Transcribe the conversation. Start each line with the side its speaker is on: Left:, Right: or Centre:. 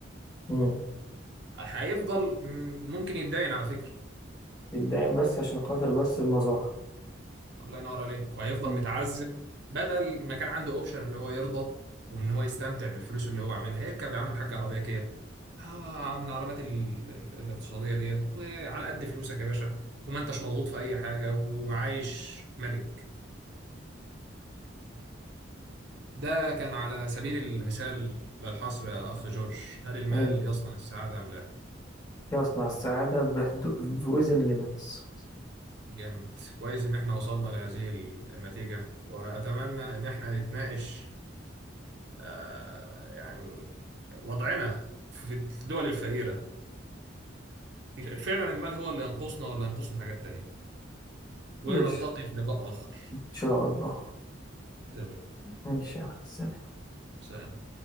Left: مم.
Right: هيفضل م- ممكن يتداين على فكرة
Left: يتداين بس عشان خاطر بس المظاهر
Right: الله ينور عليك وهيفضل
Left: مم.
Right: متعذب بدل ما كان عنده اوبشن ان هو يرضى وان هو يستمتع بالفلوس اللي هو عاملها هيركب يا عم الحاج عربيه كيا اه من العربيات ال- ال- الاقتصاديه ديت وعلى قد فلوسك يا باشا وما انتش مضغوط في اي حاجه وعايش ملك ده كان على سبيل المثال للحصر يا اخ جورج هل المال
Left: حلو
Right: يصنع السعاده ام لا
Left: يصنع السعادة بحدود within limits
Right: جامد كويس ان احنا وصلنا لهذه النتيجه واتمنى ان احنا نتناقش آه، يعني وضعنا في في الدول الفقيرة فعلا المال هو اللي ينقصنا ولا ينقصنا حاجات تانية ونلتقي
Left: ماشي
Right: في لقاء آخر
Left: إن شاء الله
Right: زي الفل
Left: ماشي يا عم.
Right: سلام